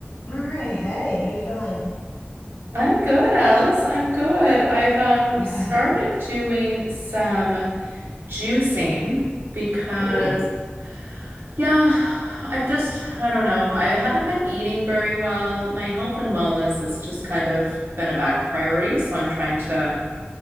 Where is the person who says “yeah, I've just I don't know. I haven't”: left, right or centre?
Right